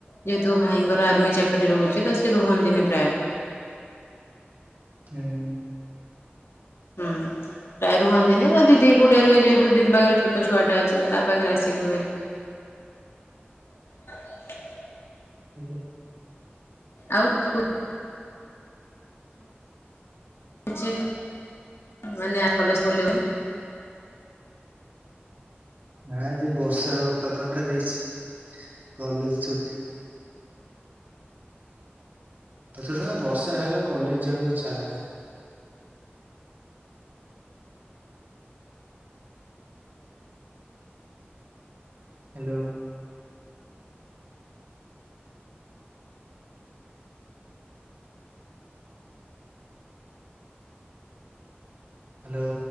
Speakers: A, on the left; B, on the right.
A: ଯେହେତୁ ଭାଇଙ୍କର ଆର୍ମି ଚାକିରି ରହୁଛି ତ ସେ ରୁହନ୍ତିନି ପ୍ରାୟ।
B: <unintelligible>
A: ହୁଁ। ପ୍ରାୟ ରୁହନ୍ତିିନି ତ ଦିଦି ଏକୁଟିଆ ରୁହେ ଯେହେତୁ ଦିଦି ପାଖରେ ଛୋଟ ଛୁଆଟା ଅଛି ତ ତା ପାଖରେ ଆସିକି ରୁହେ। <inaudible>
B: ଆଜ୍ଞା।
A: ଆଉ କୁ କିଚି ମାନେ ଆ କଲେ ଖୋଲିନି।
B: ନା, ଆଜି ବର୍ଷା ହଉ ପାଗଟା ଦେଇଛି, କଲେଜ ଛୁଟି। ଏତେ ଦିନେ ବର୍ଷା ହେଲା କଲେଜ ଯିଆକୁ ଇଚ୍ଛା ହେଲାନି। ହାଲୋ। ହ୍ୟାଲୋ।